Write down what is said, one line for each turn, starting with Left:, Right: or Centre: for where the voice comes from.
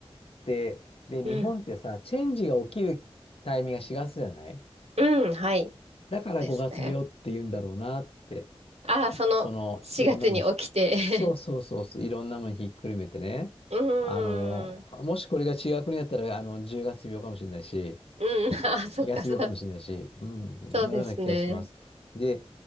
Left: で、で、
Right: うん。
Left: 日本ってさ、チェンジが起きるタイミングが4月じゃない
Right: うん、はい。
Left: だから5月病って言うんだろうなって、
Right: ですね。ああ、その4月に起きて
Left: その、いろんなもんひ、そうそうそうそう、いろんなもんひっくるめてね。
Right: <laughs> うーん。
Left: あの、もしこれが違う国だったら、あの、10月病かもしれないし、
Right: うん、ああ、そっか、
Left: 2月病かもしれないし、
Right: そ、
Left: うん、のような気がします。
Right: そうですね。
Left: で、